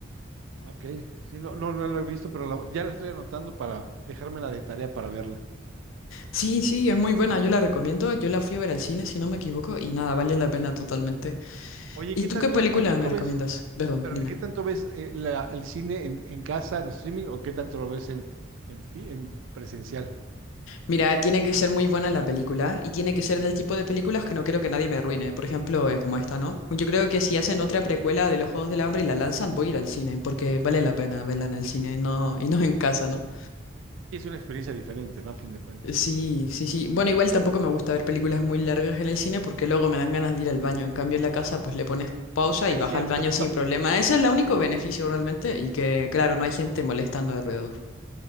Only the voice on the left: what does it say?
Sí, sí, es muy buena, yo la recomiendo. Yo la fui a ver al cine, si no me equivoco, y nada, vale la pena totalmente.
¿Y
tú
qué película
me recomiendas?
Perdón,
dime.
Mira, tiene que ser muy buena la película y tiene que ser del
tipo de películas que no creo que nadie me arruine. Por ejemplo, eh, como esta, ¿no? Yo creo que si hacen otra precuela de los Juegos del Hambre y la lanzan, voy a ir al cine porque vale la pena verla en el cine y no, y no en casa, ¿no?
Sí, sí, sí. Bueno, igual tampoco me gusta ver películas muy largas en el cine porque luego me dan ganas de ir al baño. En cambio, en la casa, pues le pones pausa
y vas
al baño sin problema. Ese es el único
beneficio
realmente y que, claro, no hay gente molestando alrededor.